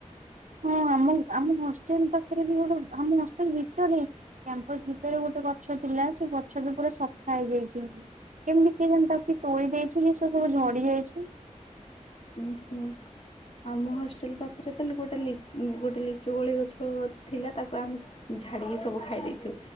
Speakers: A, on the right; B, on the left.
A: ହଁ ଆମ ଆମ ହଷ୍ଟେଲ ପାଖରେ ବି ଗୋଟେ ଆମ ହଷ୍ଟେଲ ଭିତରେ ହିଁ। କ୍ୟାମ୍ପସ ଭିତରେ ଗୋଟେ ଗଛ ଥିଲା ସେ ଗଛଟା ପୁରା ସଫା ହେଇଯାଇଚି। କେମିତି କେଜାଣି ତାକୁ କେ ତୋଳି ଦେଇଚି କି ସେ ସବୁ ଝଡି ଯାଇଛି
B: ଉଁ ହୁଁ। ଆମ ହଷ୍ଟେଲ ପାଖରେ ତାହଲେ ଗୋଟେ ଗୋଟେ ଲିଚୁ କୋଳି ଗଛ ଥିଲା ତାକୁ ଆମ ଝାଡ଼ିକି ସବୁ ଖାଇ ଦେଇଛୁ